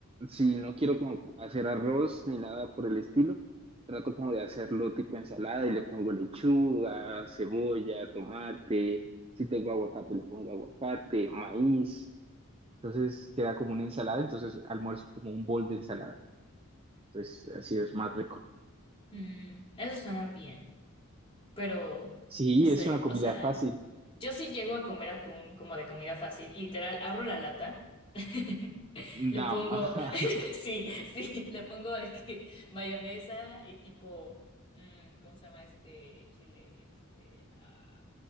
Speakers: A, on the right; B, on the left.
A: si no quiero como hacer arroz ni nada por el estilo, trato como de hacerlo tipo ensalada y le pongo lechuga, cebolla, tomate, si tengo aguacate le pongo aguacate, maíz, entonces queda como una ensalada, entonces almuerzo como un bol de ensalada, entonces así es más rico.
B: Mm, eso suena bien. pero
A: Sí,
B: no sé,
A: es una comida
B: o sea,
A: fácil.
B: yo sí llego a comer atún como de comida fácil, literal, abro la lata, <laughs>
A: No,
B: le pongo,
A: <laughs>
B: <laughs> sí, sí, le pongo de que mayonesa y tipo, mm, ¿cómo se llama este chile? Este, ah,